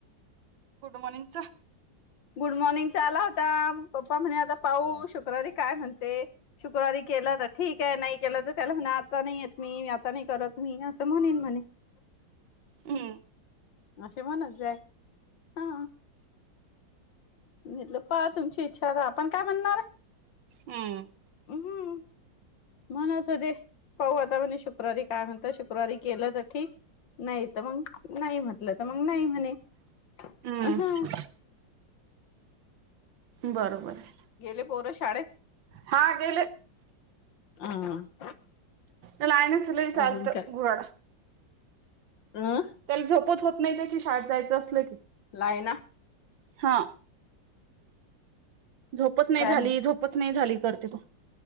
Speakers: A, on the right (about 80°); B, on the left (about 75°).
A: good morning sir
B: good morning चा आला होता पप्पा म्हणे आता पाहू शुक्रवारी काय म्हणते शुक्रवारी केलं तर ठीक आहे नाही केलं तर त्याला म्हणा आता नाही येत मी आता नाही करत मी असं म्हणेन म्हणे
A: हम्म
B: असे म्हणत जाय हा म्हटलं पहा तुमची इच्छाता आपण काय म्हणणार आहे
A: हम्म
B: हम्म म्हण असं दे पाहू आता म्हणजे शुक्रवारी काय म्हणत शुक्रवारी केलं तर ठीक नाही तर मग नाही म्हटलं तर मग नाही म्हणे
A: हम्म
B: अ ह
A: बरोबर आहे.
B: गेले पोर शाळेत
A: हा गेले
B: हा
A: नला आयन सल चालत
B: अजून
A: गुराड
B: हम
A: त्याला झोपच होत नाही त्याची शाळेत जायचं असलं की
B: लायना
A: हा झोपच नाही
B: काय
A: झाली झोपच नाही झाली करते तू